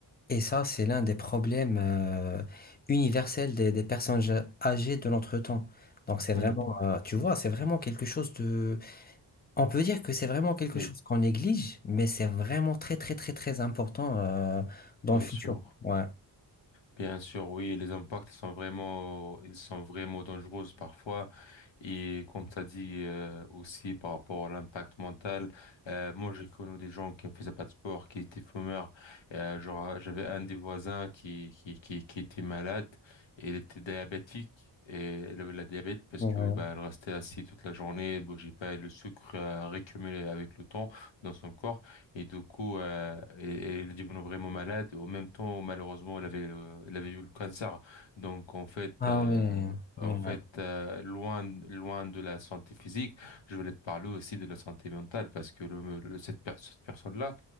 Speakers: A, on the left; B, on the left.
A: Et ça, c'est l'un des problèmes euh, universels des, des personnes ja- âgées de notre temps. Donc c'est
B: Mhm.
A: vraiment, euh, tu vois, c'est vraiment quelque chose de... On peut dire que c'est vraiment quelque
B: Oui
A: chose qu'on néglige, mais c'est vraiment très, très, très, très important euh, dans
B: bien
A: le futur.
B: sûr
A: Ouais.
B: Bien sûr, oui, les impacts sont vraiment, ils sont vraiment dangereux parfois. Et comme tu as dit euh, aussi par rapport à l'impact mental, euh, moi j'ai connu des gens qui ne faisaient pas de sport, qui étaient fumeurs. Euh, genre euh, j'avais un des voisins qui, qui, qui, qui était malade et il était diabétique. Et elle avait la diabète parce
A: Ouais.
B: que bah, elle restait assise toute la journée, elle bougeait pas, et le sucre a récumulé avec le temps dans son corps et du coup euh, elle elle est devenue vraiment malade. Et en même temps, malheureusement, elle avait euh, elle avait eu le cancer. Donc en fait,
A: Ah
B: euh,
A: ouais.
B: en
A: Ouais.
B: fait, euh, loin, loin de la santé physique, je voulais te parler aussi de la santé mentale parce que le, le- cette, per- cette personne-là,